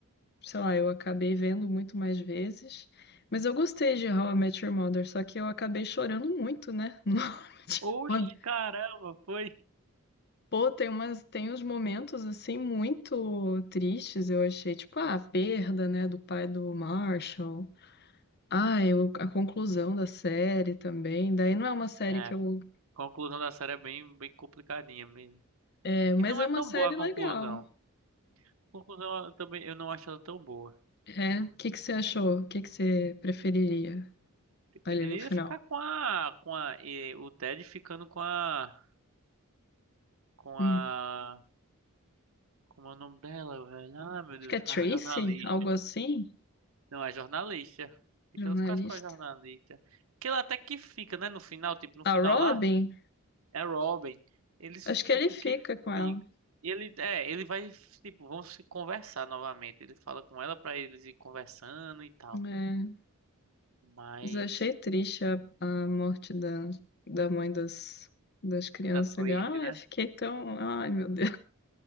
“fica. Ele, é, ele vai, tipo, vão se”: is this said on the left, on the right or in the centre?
Right